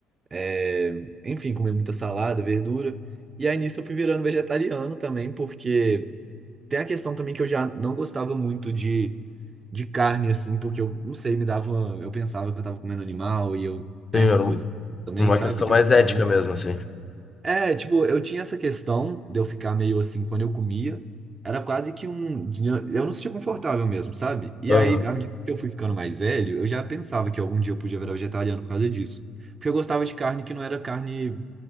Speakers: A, on the right; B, on the left.
A: é, enfim, comer muita salada, verdura. E aí nisso eu fui virando vegetariano também, porque tem a questão também que eu já não gostava muito de, de carne, assim, porque eu não sei, me dava. Eu pensava que eu tava comendo animal e eu tenho
B: Sim,
A: essas
B: era um-
A: coisas também,
B: uma
A: sabe?
B: questão
A: De
B: mais
A: gostar
B: ética
A: muito.
B: mesmo, assim.
A: É, tipo, eu tinha essa questão de eu ficar meio assim quando eu comia. Era quase que um. Eu não me sentia confortável mesmo, sabe? E
B: Aham.
A: aí, à medida que eu fui ficando mais velho, eu já pensava que algum dia eu podia virar vegetariano por causa disso. Porque eu gostava de carne que não era carne.